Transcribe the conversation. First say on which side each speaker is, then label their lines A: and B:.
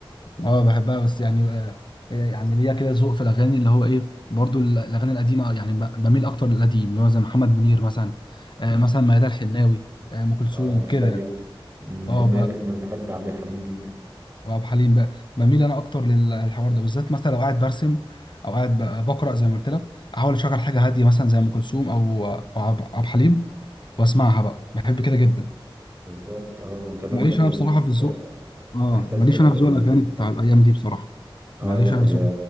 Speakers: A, on the left; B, on the right.
A: اه بحبها بس يعني آه آه، يعني ليا كده ذوق في الاغاني اللي هو ايه برضو ال- الاغاني القديمه يعني ب- بميل اكتر للقديم اللي هو زي محمد منير مثلا آه
B: آه.
A: مثلا ميادة الحناوي آه ام كلثوم
B: اه بحبها
A: كده
B: جدا
A: يعني
B: مم، بحب
A: اه
B: مادة حناوي وبحب عبد الحليم جدا
A: وعبد الحليم بقى بميل انا اكتر لل- للحوار ده بالذات مثلا لو قاعد برسم او قاعد ب- بقرا زي ما قلت لك احاول اشغل حاجه هاديه مثلا زي ام كلثوم او او عب- عبد الحليم واسمعها بقى بحب كده جدا
B: بالظبط اه وكمان
A: ماليش
B: ده بيديك
A: انا بصراحه في الذوق
B: آه،
A: اه
B: احساس
A: ماليش
B: كده
A: انا
B: بال-
A: في ذوق الاغاني
B: بالفاضي
A: بتاع الايام دي بصراحه
B: اه
A: ماليش
B: لا
A: انا
B: هي
A: في ذوق